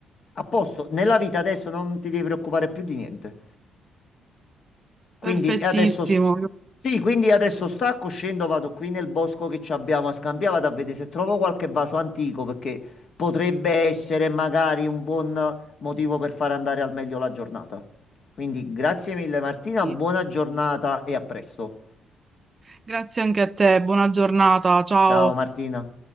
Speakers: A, on the left; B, on the right.
A: a posto. Nella vita adesso non ti devi preoccupare più di niente. Quindi
B: Perfettissimo.
A: adesso, s- sì, quindi adesso stacco, scendo, vado qui nel bosco che ci abbiamo a Scampia, vado a vedere se trovo qualche vaso antico perché potrebbe essere magari un buon motivo per far andare al meglio la giornata. Quindi grazie mille Martina,
B: Sì.
A: buona giornata e a presto.
B: Grazie anche a te, buona giornata, ciao.
A: Ciao Martina.